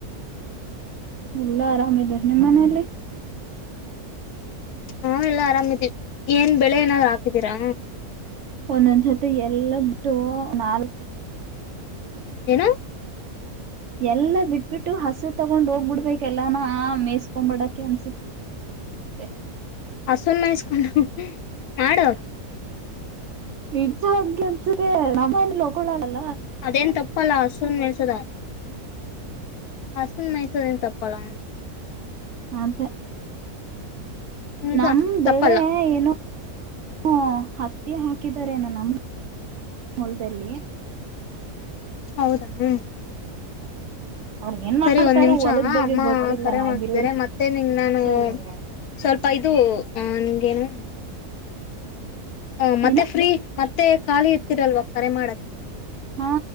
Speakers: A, on the right; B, on the left.
A: ಎಲ್ಲಾ ಆರಾಮಿದಾರೆ ನಿಮಮ್ಮ ಮನೆಲಿ
B: ನಾವೆಲ್ಲಾ ಆರಾಮಿದೀವಿ ಏನ್ ಬೆಳೆ ಏನಾದ್ರು ಹಾಕಿದೀರಾ
A: ಒಂದೊಂದ್ಸತಿ ಎಲ್ಲದ್ದು ನಾಲ್ಕ
B: ಏನು
A: ಎಲ್ಲಾ ಬಿಟ್ಬಿಟ್ಟು ಹಸು ತಗೊಂಡ್ ಹೋಗ್ಬಿಡ್ಬೇಕ ಎಲ್ಲಾನ ಮೇಯಸ್ಕೊಬಡಕ ಅನ್ಸತ್ತೆ
B: ಹಸುನ್ ಮೈಸ್ಕೊಂಡು ಮಾಡು
A: ಈಚನ್ಸ ನಮ್ಮಕ <unintelligible>
B: ಅದೇನ್ ತಪ್ಪಲ್ಲ ಹಸುನ್ ಮೆಯ್ಸದ ಹಸುನ್ ಮೆಯ್ಯಿಸದೇನು ತಪ್ಪು ಅಲ್ಲ
A: ಅಂತೆ
B: ನಿಜ
A: ನಮ
B: ತಪ್ಪಲ್ಲ
A: ಬೆಳೆ ಏನು ಹ ಹತ್ತಿ ಹಾಕಿದಾರೇನು ನಮ್ಮ ಮೂಲದಲ್ಲಿ
B: ಹೌದಾ ಹ್ಮ
A: ಅವ್ರ ಏನ್
B: ಸರಿ
A: ಮಾಡ್ತಾರೋ
B: ಒಂದ್ ನಿಮಿಷ
A: ಹೊಲದ ಬಗ್ಗೆ
B: ಅಮ್ಮ
A: ಗೊತ್ತಿಲ್ಲ
B: ಕರೆ
A: ನಾವ್
B: ಮಾಡ್ತಿದಿದ್ದಾರೆ
A: ಬೇರೆಯವ್ರಿಗೆ
B: ಮತ್ತೆ ನಿಂಗ ನಾನು
A: ಸರಿ ಸರಿ ಆಯ್ತು
B: ಸ್ವಲ್ಪ ಇದು ಅ ನಿಂಗೇನು ಹ್ಮ್ ಹ ಮತ್ತೆ
A: ಏನು
B: ಫ್ರೀ ಮತ್ತೆ ಖಾಲಿ ಇರ್ತಿರಲ್ವ ಕರೆ ಮಾಡಕ್ಕೆ
A: ಹಾ